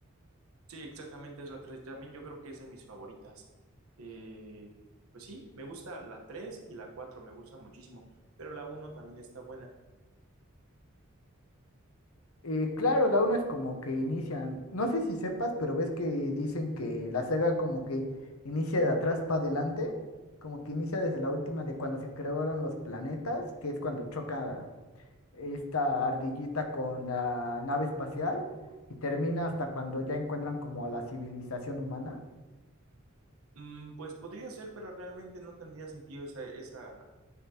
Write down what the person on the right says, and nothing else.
Sí, exactamente, es la tres También yo creo que es de mis favoritas. Eh, pues sí, me gusta la 3 y la 4 me gusta muchísimo, pero la uno también está buena.
Mm, pues podría ser, pero realmente no tendría sentido esa, esa,